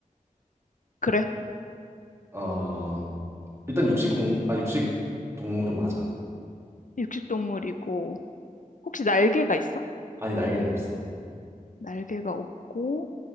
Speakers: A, on the left; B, on the right.
A: 그래
B: 어, 일단 육식공, 아, 육식 동물은 맞아.
A: 육식동물이고 혹시 날개가 있어?
B: 아니, 날개는 없어.
A: 날개가 없고